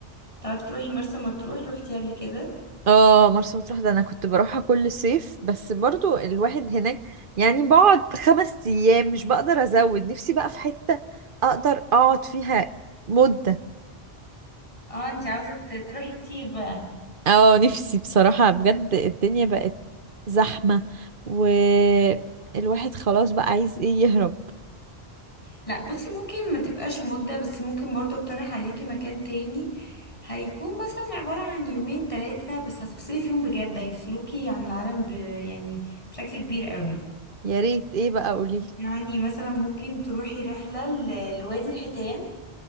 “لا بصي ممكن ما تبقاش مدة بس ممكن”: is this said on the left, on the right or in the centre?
Left